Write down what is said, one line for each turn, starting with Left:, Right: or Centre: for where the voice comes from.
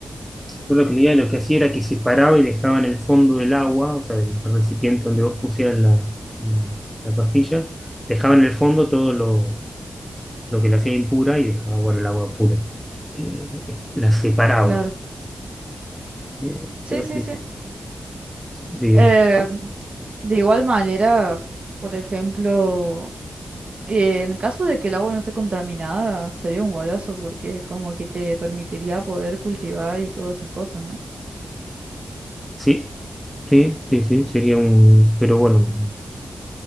Centre: Solo que Lía lo que hacía era que separaba y dejaba en el fondo del agua, o sea, del recipiente donde vos pusieras la, la- la pastilla, dejaba en el fondo todo lo, lo que la hacía impura y dejaba, bueno, el agua pura. Eh, la separaba.
Right: Claro,
Centre: Eh,
Right: sí,
Centre: pero
Right: sí,
Centre: sí,
Right: sí.
Centre: sí,
Right: Eh, de igual manera, por ejemplo, eh, en caso de que el agua no esté contaminada, sería un golazo porque como que te permitiría poder cultivar y todas esas cosas, ¿no?
Centre: sí, sí, sí, sí, sería un... Pero bueno,